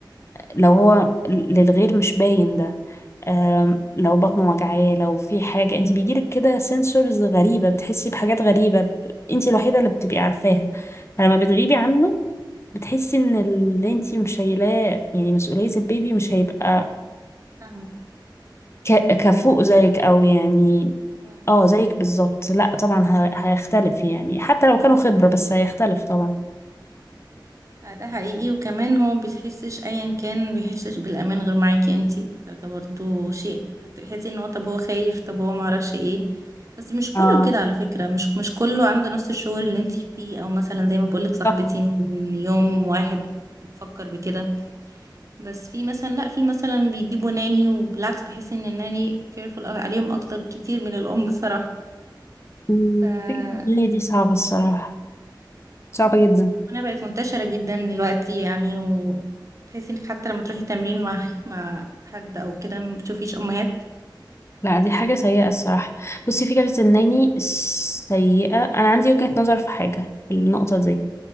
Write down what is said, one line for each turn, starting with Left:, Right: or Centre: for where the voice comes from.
Left: لو هو للغير مش باين ده آم، لو بطنه وجعاه لو في حاجة انت بيجيلك كده سنسورز غريبة بتحسي بحاجات غريبة انت الوحيدة اللي بتبقي عارفاها فلما بتغيبي عنه بتحسي ان اللي انت مش شايلاه يعني مسؤولية البيبي مش هيبقى
Right: فاهمة
Left: ك- كفوق زيك او يعني
Right: مم.
Left: اه زيك بالظبط لا طبعا ه- هيختلف يعني حتى لو كانوا خبرة بس هيختلف طبعا
Right: آه، ده حقيقي وكمان هو بيحسش أيا كان بيحسش بالأمان غير معاكي انتي فده برضو شيء هتحسي ان هو طب هو خايف طب هو معرفش ايه بس مش كله
Left: اه
Right: كده على فكرة مش مش كله عنده نفس الشعور اللي انتي فيه او مثلا زي ما بقولك صاحبتي
Left: صح
Right: من يوم واحد بتفكر بكده بس في مثلا لا في مثلا بيجيبوا ناني وبالعكس بحس ان الناني كيرفول عليهم اكتر كتير من الام الصراحة
Left: مم.
Right: ف-
Left: فكرة الدنيا دي صعبة الصراحة صعبة جدا
Right: فانا بقت منتشرة جدا دلوقتي يعني وتحسي انك حتى لما تروحي تمرين مع مع حد او كده ما بتشوفيش امهات
Left: لا دي حاجة سيئة الصراحة بصي فكرة الناني سيئة أنا عندي وجهة نظر في حاجة في النقطة دي